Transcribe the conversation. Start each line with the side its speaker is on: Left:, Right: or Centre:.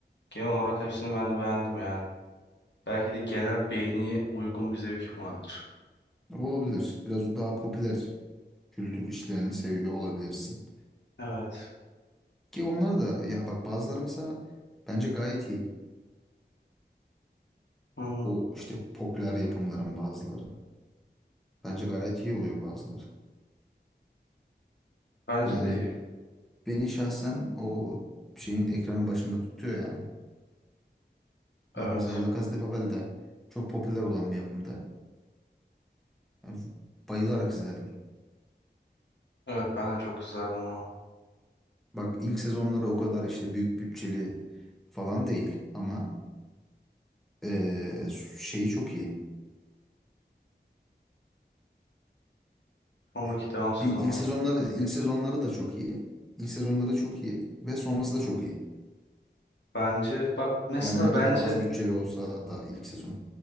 Left: Genel olarak hepsini ben de beğendim yani. Belki de genel beğeniye uygun bir zevkim vardır.
Centre: Olabilir. Biraz daha popüler kültür işlerini seviyor olabilirsin.
Left: Evet.
Centre: Ki onlar da ya bak bazıları mesela bence gayet iyi.
Left: Hı hı.
Centre: O işte popüler yapımların bazıları. Bence gayet iyi oluyor bazıları.
Left: Bence
Centre: Yani
Left: de iyi.
Centre: beni şahsen o şeyin ekranın başında tutuyor yani.
Left: Evet.
Centre: Bak mesela La Casa de Papel de çok popüler olan bir yapımdı. Yani bayılarak izledim.
Left: Evet ben de çok izlerdim onu.
Centre: Bak ilk sezonları o kadar işte büyük bütçeli falan değil ama eee, şeyi çok iyi.
Left: Sonraki
Centre: E,
Left: devam sezonları.
Centre: Bir ilk sezonları ilk sezonları da çok iyi. İlk sezonları çok iyi ve sonrası da çok iyi.
Left: Bence bak mesela
Centre: Yani ne kadar
Left: bence
Centre: az bütçeli olsa da ilk sezon.